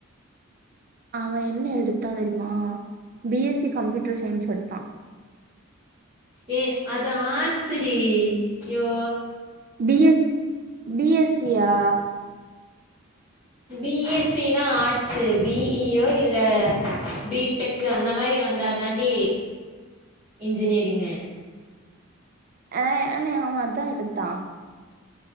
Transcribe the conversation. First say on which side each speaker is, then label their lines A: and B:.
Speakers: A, on the right; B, on the right.
A: அவன் என்ன எடுத்தான் தெரியுமா B S C computer science எடுத்தான்
B: ஏ அது ஆர்ட்ஸ் டி யோ
A: பி எஸ் பி எஸ் சியா
B: பி எஸ் சி னா ஆர்ட்ஸு பி இ யோ இல்ல பீ டெக்கு அந்த மாரி வந்தா தாண்டி இன்ஜினியரிங்கு
A: அ ஆமா அவ அதா எடுத்தா